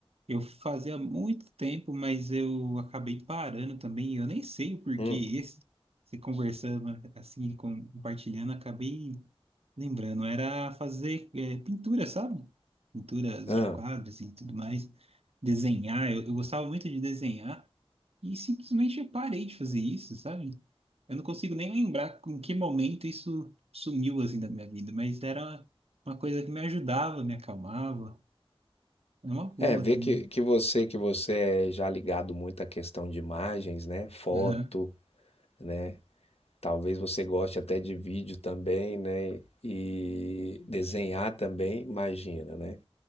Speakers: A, on the right (about 75°); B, on the left (about 80°).
A: eu fazia há muito tempo, mas eu acabei parando também, eu nem sei o porquê
B: Hum,
A: esse, se conversando assim, com- compartilhando, acabei lembrando, era fazer eh, pintura, sabe? Pinturas
B: ah.
A: de quadros e tudo mais, desenhar, eu, eu gostava muito de desenhar, e simplesmente eu parei de fazer isso, sabe? Eu não consigo nem lembrar em que momento isso sumiu assim da minha vida, mas era uma coisa que me ajudava, me acalmava. É uma boa
B: É, ver
A: também.
B: que, que você que você é já ligado muito à questão de imagens, né? Foto,
A: né? Aham.
B: né? Talvez você goste até de vídeo também, né? E desenhar também, imagina, né?